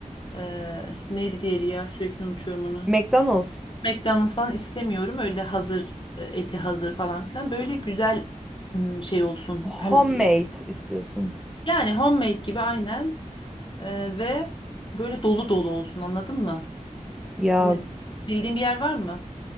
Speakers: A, on the left; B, in the centre.
A: e, neydi diğeri ya sürekli unutuyorum onu.
B: McDonald's.
A: McDonald's falan istemiyorum. Öyle hazır e, eti hazır falan filan. Böyle güzel m, şey olsun.
B: Homemade
A: Hem e,
B: istiyorsun.
A: yani homemade gibi aynen Ee, ve böyle dolu dolu olsun anladın mı?
B: Ya
A: Ne- bildiğin bir yer var mı?